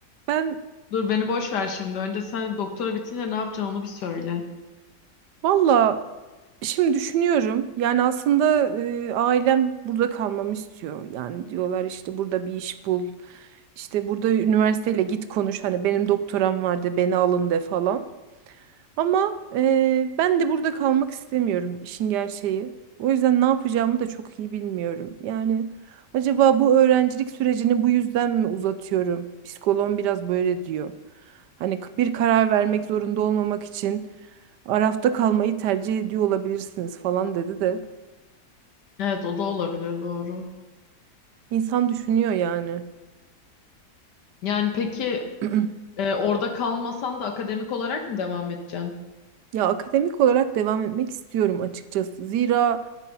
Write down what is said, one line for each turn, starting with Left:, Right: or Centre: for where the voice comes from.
Right: Ben
Left: Dur beni boş ver şimdi. Önce sen doktora bitince ne yapacaksın onu bir söyle.
Right: Valla şimdi düşünüyorum. Yani aslında e, ailem burada kalmamı istiyor. Yani diyorlar işte burada bir iş bul. İşte burada üniversiteyle git konuş. Hani benim doktoram vardı beni alın de falan. Ama eee, ben de burada kalmak istemiyorum işin gerçeği. O yüzden ne yapacağımı da çok iyi bilmiyorum. Yani acaba bu öğrencilik sürecini bu yüzden mi uzatıyorum? Psikoloğum biraz böyle diyor. Hani k- bir karar vermek zorunda olmamak için arafta kalmayı tercih ediyor olabilirsiniz falan dedi de.
Left: Evet o da olabilir doğru.
Right: İnsan düşünüyor yani.
Left: Yani peki
Right: <clears throat>
Left: Ee, orada kalmasan da akademik olarak mı devam edeceksin?
Right: Ya akademik olarak devam etmek istiyorum açıkçası. Zira